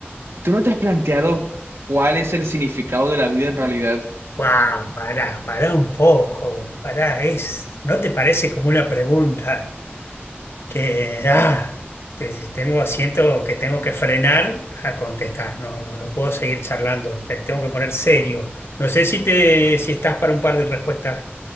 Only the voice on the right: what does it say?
tú no te has planteado cuál es el significado de la vida en realidad.